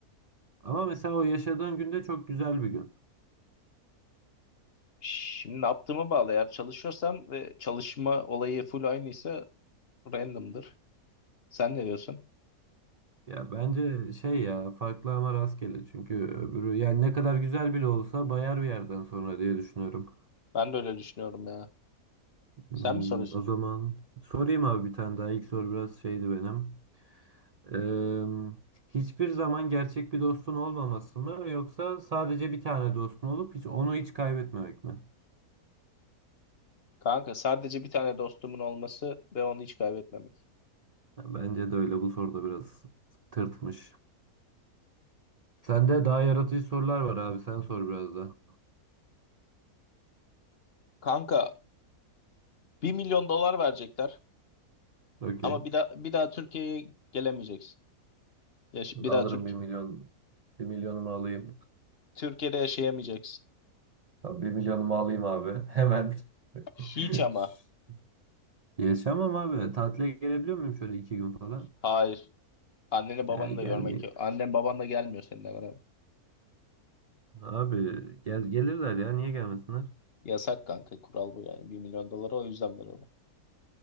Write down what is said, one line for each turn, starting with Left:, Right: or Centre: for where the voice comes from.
Right: Ama mesela o yaşadığın günde çok güzel bir gün.
Left: Şimdi ne yaptığıma bağlı. Eğer çalışıyorsam ve çalışma olayı full aynıysa random'dır. Sen ne diyorsun?
Right: Ya bence şey ya farklı ama rastgele çünkü öbürü yani ne kadar güzel bile olsa bayar bir yerden sonra diye düşünüyorum.
Left: Ben de öyle düşünüyorum ya.
Right: Hmm,
Left: Sen mi soruyorsun?
Right: o zaman sorayım abi bir tane daha ilk soru biraz şeydi benim. Ee, hiçbir zaman gerçek bir dostun olmaması mı yoksa sadece bir tane dostun olup hiç onu hiç kaybetmemek mi?
Left: Kanka sadece bir tane dostumun olması ve onu hiç kaybetmemek.
Right: Ya bence de öyle bu soruda biraz tırtmış. Sende daha yaratıcı sorular var abi sen sor biraz da.
Left: Kanka bir milyon dolar verecekler
Right: Okey.
Left: ama bir daha, bir daha Türkiye'ye gelemeyeceksin. Ya, bir
Right: Alırım
Left: daha Türkiye.
Right: bir milyon. Bir milyonumu alayım.
Left: Türkiye'de yaşayamayacaksın.
Right: Tamam, bir milyonumu alayım abi. Hemen.
Left: Hiç
Right: <laughs>
Left: ama.
Right: Yaşamam abi. Tatile gelebiliyor muyum şöyle iki gün falan?
Left: Hayır. Anneni babanı
Right: Ya gelmeyeyim.
Left: da görmek yok. Annen baban da gelmiyor seninle beraber.
Right: Abi gel gelirler ya. Niye gelmesinler?
Left: Yasak kanka kural bu yani. Bir milyon doları o yüzden veriyorlar.